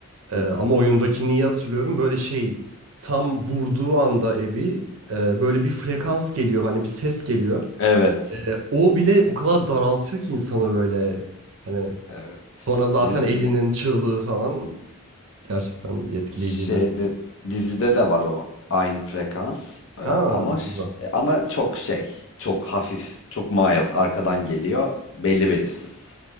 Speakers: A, on the right; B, on the left.
A: Ee,
B: Hı
A: ama
B: hı.
A: oyundakini iyi hatırlıyorum. Böyle şey tam vurduğu anda Abby e, böyle bir frekans geliyor. Hani bir ses geliyor.
B: Evet,
A: E, o bile o kadar daraltıyor ki insanı böyle. Hani
B: evet.
A: Sonra zaten
B: Dizi
A: Ellie'nin çığlığı falan gerçekten etkileyiciydi.
B: Şeyde dizide de var o aynı frekans Ee,
A: Ha,
B: ama ş-
A: güzel.
B: ama çok şey çok hafif çok mild arkadan geliyor belli belirsiz.